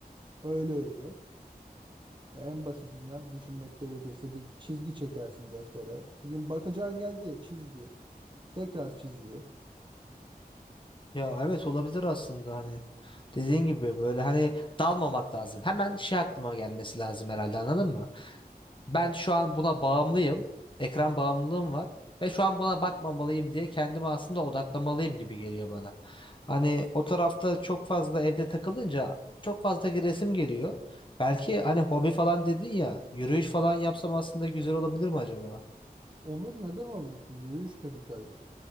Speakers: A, on the right; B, on the left.
A: Öyle öyle. Ya en basitinden düşünmek gerekirse bir çizgi çekersin deftere. Bugün bakacağın geldi ya çizgi. Tekrar çizgi.
B: Ya evet olabilir aslında hani dediğin gibi böyle hani dalmamak lazım. Hemen şey aklıma gelmesi lazım herhalde anladın mı? Ben şu an buna bağımlıyım. Ekran bağımlılığım var ve şu an buna bakmamalıyım diye kendimi aslında odaklamalıyım gibi geliyor bana. Hani o tarafta çok fazla evde takılınca çok fazla resim geliyor. Belki hani hobi falan dedin ya yürüyüş falan yapsam aslında güzel olabilir mi acaba?
A: Olur neden olmasın? Yürüyüş de güzel bir şey.